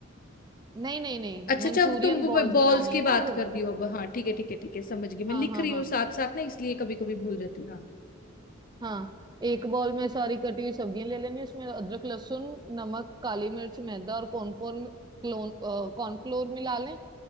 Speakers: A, on the right (about 20°); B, on the left (about 45°).
A: नहीं नहीं नहीं
B: अच्छा
A: मंचूरियन
B: अच्छा अब तुम
A: बॉल्स
B: बॉल्स
A: बनानी
B: की
A: है
B: बात
A: ना अब
B: कर रही हो अब हाँ ठीक है ठीक है ठीक है समझ गई मैं
A: हाँ
B: लिख
A: हाँ
B: रही
A: हाँ
B: हूँ साथ साथ ना इसलिए कभी कभी भूल जाती हूँ हाँ
A: हाँ एक बॉल में सारी कटी हुई सब्जियां ले लेनी उसमें अदरक लहसुन नमक काली मिर्च मैदा और कॉर्नफ्लोर क्लोन कॉर्नफ्लोर मिला लें